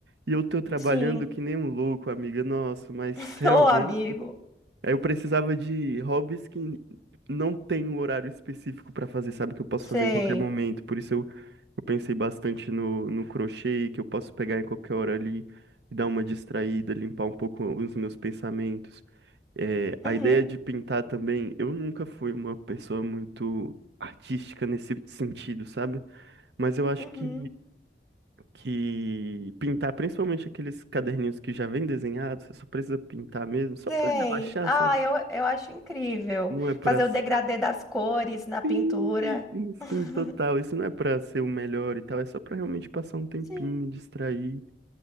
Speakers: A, on the right; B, in the centre.
A: E eu tô trabalhando
B: Sim,
A: que nem um louco, amiga, nossa, mas
B: <laughs>
A: realmente.
B: ô amigo.
A: Aí eu precisava de hobbies que não tem um horário específico pra fazer, sabe? Que eu posso
B: Sei.
A: fazer em qualquer momento. Por isso eu, eu pensei bastante no, no crochê, que eu posso pegar em qualquer hora ali, dar uma distraída, limpar um pouco os meus pensamentos. É, a
B: Uhum,
A: ideia de pintar também, eu nunca fui uma pessoa muito artística nesse sentido, sabe? Mas eu acho
B: uhum.
A: que, que pintar, principalmente aqueles caderninhos que já vêm desenhados, você só precisa pintar mesmo, só
B: Sei.
A: pra relaxar,
B: Ah,
A: sabe?
B: eu, eu acho incrível
A: Não é pra.
B: fazer o degradê das cores na pintura.
A: Sim, sim, sim,
B: <laughs>
A: total. Isso não é pra ser o melhor e tal. É só pra realmente passar um tempinho,
B: Sim,
A: distrair